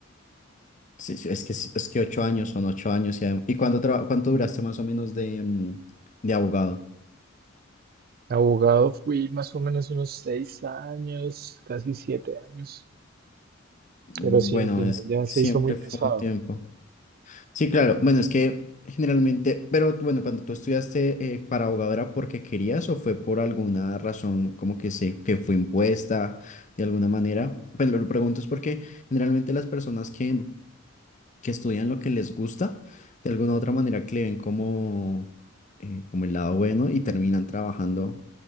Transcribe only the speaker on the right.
Abogado fui más o menos unos seis años, casi siete años,
pero sí,
al final
ya se
hizo muy pesado.